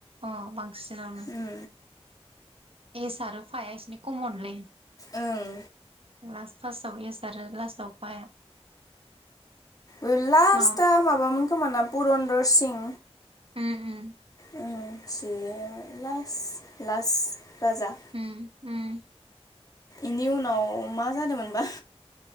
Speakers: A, on the right (about 60°); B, on the left (about 35°).
A: अ बांसिननावनो
B: उम
A: एस आरो फा या इसिनि खमनलै
B: ओं
A: लास्ट फार्स्टआव इस आरो लास्टआव फा या
B: ओ लास्टआ
A: माबा
B: माबामोन खोमा ना पुरन्दर सिं
A: ओम ओम
B: <unintelligible> लास्ट लास्ट बाजा
A: उम उम
B: इनि उनाव मा जादोमोनबा